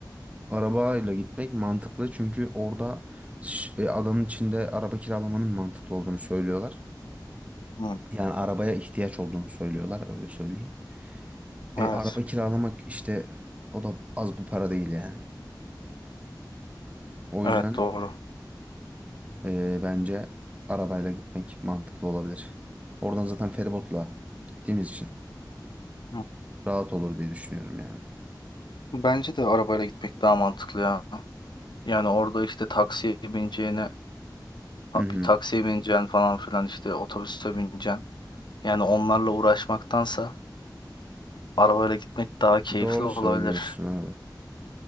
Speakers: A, on the right; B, on the left.
A: arabayla gitmek mantıklı. Çünkü orada ş- e, adanın içinde araba kiralamanın mantıklı olduğunu söylüyorlar.
B: Hı,
A: Yani arabaya ihtiyaç olduğunu söylüyorlar öyle söyleyeyim.
B: evet.
A: E, araba kiralamak işte o da az bir para değil yani. O
B: Evet
A: yüzden
B: doğru.
A: e, bence arabayla gitmek mantıklı olabilir. Oradan zaten feribotla gittiğimiz için
B: Hı.
A: rahat olur diye düşünüyorum yani.
B: Bence de arabayla gitmek daha mantıklı ya. Yani orada işte taksiye bineceğine Ha-
A: Hı hı.
B: bir taksiye bineceksin falan filan işte otobüse bineceksin. Yani onlarla uğraşmaktansa arabayla gitmek daha keyifli
A: Doğru
B: olabilir.
A: söylüyorsun abi.